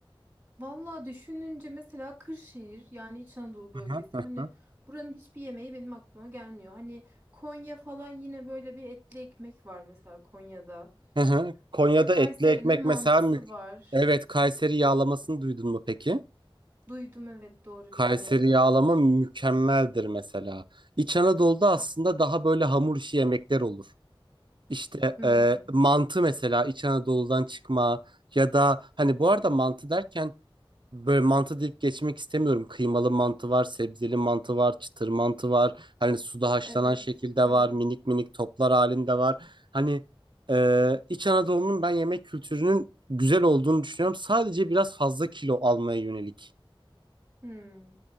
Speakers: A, on the right; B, on the right.
A: Vallahi düşününce mesela Kırşehir yani İç Anadolu bölgesi
B: <laughs>
A: hani buranın hiçbir yemeği benim aklıma gelmiyor. Hani Konya falan yine böyle bir etli ekmek var mesela Konya'da.
B: Hı hı. Konya'da
A: İşte Kayseri'nin
B: etli ekmek
A: mantısı
B: mesela mük
A: var.
B: Evet, Kayseri yağlamasını duydun mu peki?
A: Duydum evet doğru
B: Kayseri
A: yağlama da
B: yağlama
A: var.
B: mükemmeldir mesela. İç Anadolu'da aslında daha böyle hamur işi yemekler olur. İşte
A: Hmm,
B: e, mantı mesela İç Anadolu'dan çıkma ya da hani bu arada mantı derken Böyle mantı deyip geçmek istemiyorum. Kıymalı mantı var, sebzeli mantı var, çıtır mantı var. Hani suda haşlanan
A: evet
B: şekilde
A: evet.
B: var, minik minik toplar halinde var. Hani e, İç Anadolu'nun ben yemek kültürünün güzel olduğunu düşünüyorum. Sadece biraz fazla kilo almaya yönelik.
A: Hmm.